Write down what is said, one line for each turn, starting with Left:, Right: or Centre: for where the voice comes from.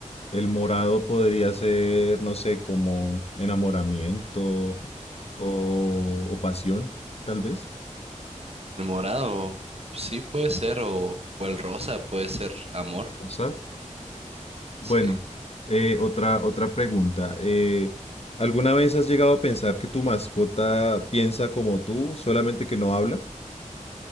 Left: El morado podría ser, no sé, como enamoramiento o, o pasión, tal vez.
Right: El morado, pues sí puede ser, o, o el rosa puede ser amor,
Left: O sea, bueno,
Right: sí.
Left: eh, otra, otra pregunta. eh, ¿alguna vez has llegado a pensar que tu mascota piensa como tú, solamente que no habla?